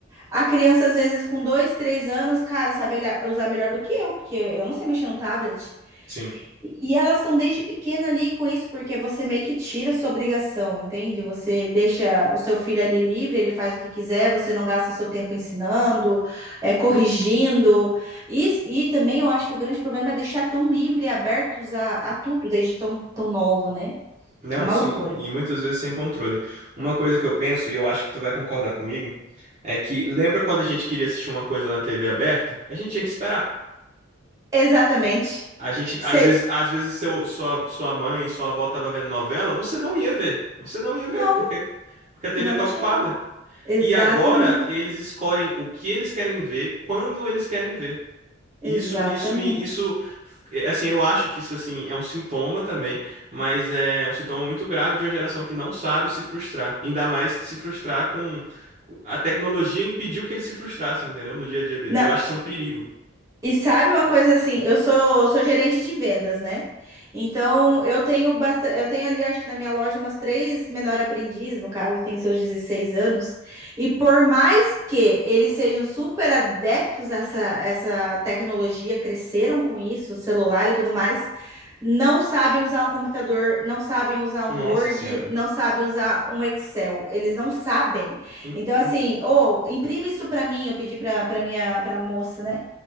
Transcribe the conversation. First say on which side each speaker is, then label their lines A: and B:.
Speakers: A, on the right (about 15°); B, on the right (about 35°).
A: A criança, às vezes, com dois, três anos, cara, sabe olhar- usar melhor do que eu, porque eu não sei mexer no tablet.
B: Sim.
A: E elas estão desde pequena ali com isso, porque você meio que tira a sua obrigação, entende? Você deixa o seu filho ali livre, ele faz o que quiser, você não gasta o seu tempo ensinando, é, corrigindo. E, e também eu acho que o grande problema é deixar tão livre e abertos a, a tudo desde tão, tão novo, né?
B: Não,
A: É uma
B: sim,
A: loucura.
B: e muitas vezes sem controle. Uma coisa que eu penso, e eu acho que tu vai concordar comigo, é que lembra quando a gente queria assistir uma coisa na TV aberta? A gente tinha que esperar.
A: Exatamente.
B: A gente,
A: Cê-
B: às vezes, às vezes seu, sua, sua mãe, sua avó tava vendo novela, você não ia ver. Você não ia
A: Não,
B: ver, porque, porque a TV
A: não
B: tá
A: tinha
B: ocupada.
A: como. Exatamente.
B: E agora eles escolhem o que eles querem ver, quando eles querem ver.
A: Exatamente.
B: E Isso, isso me, isso, é, assim, eu acho que isso assim é um sintoma também, mas é um sintoma muito grave de uma geração que não sabe se frustrar, ainda mais se frustrar com com- a tecnologia impediu que eles se frustrassem, entendeu? No dia a dia deles.
A: Na-
B: Eu acho que isso é um perigo.
A: E sabe uma coisa assim, eu sou, sou gerente de vendas, né? Então eu tenho bastante, eu tenho ali, acho que na minha loja, umas três menor aprendiz, no caso, tem seus 16 anos, e por mais que eles sejam super adeptos a essa, essa tecnologia, cresceram com isso, celular e tudo mais, não sabem usar um computador, não sabem usar um
B: Nossa
A: Word,
B: senhora.
A: não sabem usar um Excel, eles não sabem.
B: Em-
A: Então, assim,
B: em-
A: ou imprime isso para mim, eu pedi para minha pra moça, né?